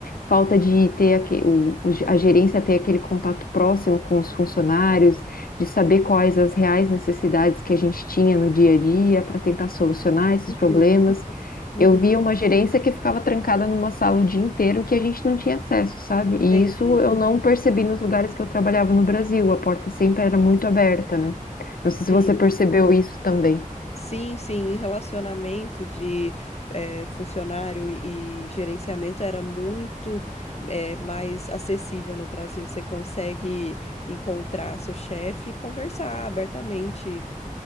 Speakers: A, on the left; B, on the left.
A: falta de ter aque- o- o- a gerência ter aquele contato próximo com os funcionários, de saber quais as reais necessidades que a gente tinha no dia a dia para tentar solucionar esses
B: uhum,
A: problemas.
B: uhum.
A: Eu via uma gerência que ficava trancada numa sala o dia inteiro que a gente não tinha acesso, sabe? E
B: Entendi.
A: isso eu não percebi nos lugares que eu trabalhava no Brasil. A porta sempre era muito aberta, né? Não
B: Sim,
A: sei se você percebeu isso também.
B: sim, sim. Em relacionamento de eh, funcionário e, e gerenciamento era muito eh, mais acessível no Brasil. Você consegue encontrar seu chefe e conversar abertamente.